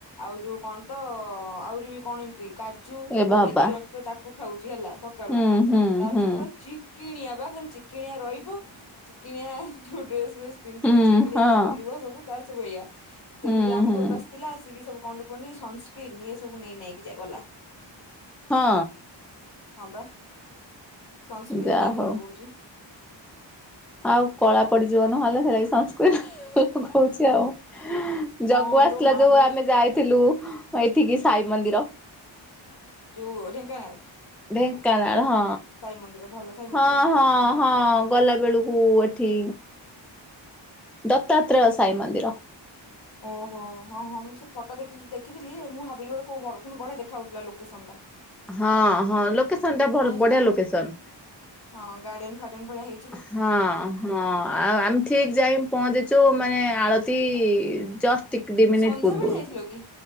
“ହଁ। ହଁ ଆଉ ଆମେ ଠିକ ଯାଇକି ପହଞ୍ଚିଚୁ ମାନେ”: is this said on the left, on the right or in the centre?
Centre